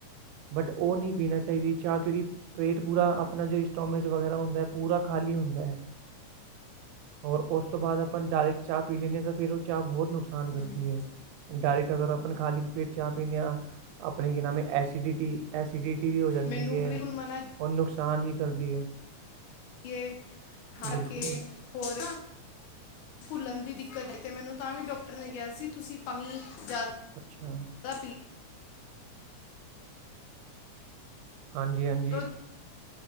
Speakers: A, on the right (about 90°); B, on the left (about 80°).
A: ਬਟ ਉਹ ਨਹੀਂ ਪੀਣਾ ਚਾਹੀਦੀ ਚਾਹ ਕਿਉਂਕਿ ਪੇਟ ਪੂਰਾ ਆਪਣਾ ਜੋ ਇਸਟੋਮਜ ਵਗੈਰਾ ਹੁੰਦਾ ਹੈ ਪੂਰਾ ਖਾਲੀ ਹੁੰਦਾ ਹੈ। ਔਰ ਉਸ ਤੋਂ ਬਾਅਦ ਆਪਾਂ ਨਾਲ ਚਾਹ ਪੀ ਲੈਂਦੇ ਹਾਂ ਤਾਂ ਫਿਰ ਉਹ ਚਾਹ ਬਹੁਤ ਨੁਕਸਾਨ
B: ਹੂੰ
A: ਕਰਦੀ ਹੈ ਡਾਇਰੈਕਟ ਅਗਰ ਆਪਾਂ ਖਾਲੀ ਪੇਟ ਚਾਹ ਪੀਣੇ ਆ ਆਪਣੇ ਕੀ ਨਾਮ ਹੈ ਐਸੀਿਡਿਟੀ ਐਸੀਡਿਟੀ ਵੀ ਹੋ ਜਾਂਦੀ
B: ਮੈਨੂੰ
A: ਹੈ
B: ਬਿਲਕੁਲ ਮਨਾ
A: ਹੋਰ ਨੁਕਸਾਨ ਵੀ ਕਰਦੀ ਹੈ
B: ਏ ਹ
A: ਬਿਲਕੁਲ
B: ਕਿ ਹੋਰ ਭੁੱਲਣ ਦੀ ਦਿੱਕਤ ਹੈ ਤੇ ਮੈਨੂੰ ਤਾਂ ਵੀ ਡਾਕਟਰ ਨੇ ਕਿਹਾ ਸੀ ਤੁਸੀਂ ਪਾਣੀ ਜ਼ਿਆਦਾ
A: ਅੱਛਾ
B: ਦ ਪੀ
A: ਹਾਂਜੀ ਹਾਂਜੀ
B: ਕਰੋ